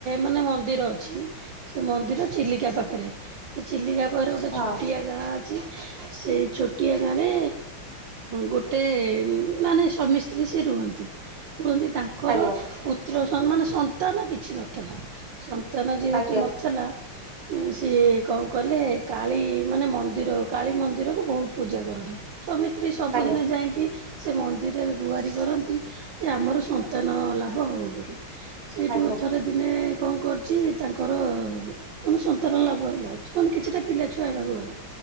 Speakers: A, on the right (about 60°); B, on the right (about 25°).
A: ମାନେ ମନ୍ଦିର ଅଛି। ସେ ମନ୍ଦିର ଚିଲିକା ପାଖରେ ସେ ଚିଲିକା ଗୋଟେ
B: ହଁ
A: ଛୋଟିଆ ଗାଁ ଅଛି ସେଇ ଛୋଟିଆ ଗାଁରେ ଗୋଟେ ମାନେ ସ୍ୱାମୀ ସ୍ତ୍ରୀ ସେ ରୁହନ୍ତି ରୁହନ୍ତି ତାଙ୍କ କର
B: ଆଜ୍ଞା
A: ପୁତ୍ର ମାନେ ସନ୍ତାନ କିଛି ନଥିଲା। ତା ନ ଯେହେତୁ
B: ଆଜ୍ଞା
A: ନଥିଲା। ସିଏ କଣ କଲେ କାଳୀ ମାନେ ମନ୍ଦିର କାଳୀ ମନ୍ଦିର କୁ ବହୁତ ପୂଜା କରନ୍ତି। ସ୍ୱାମୀ ସ୍ତ୍ରୀ ସବୁଦିନେ
B: ଆଜ୍ଞା
A: ଯାଇକି ସେ ମନ୍ଦିରରେ ଗୁଆରି କରନ୍ତି। ଯେ ଆମର ସନ୍ତାନ ଲାଭ ହେବ ବୋଲି ସେଇଠୁ
B: ଆଜ୍ଞା
A: ଥରେ ଦିନେ କଣ କର କିଛି ତାଙ୍କର ମାନେ ସନ୍ତାନ ଲାଭ ହେଲା ମାନେ କିଛିଟା ପିଲା ଛୁଆ ହେବାକୁ ଗଲା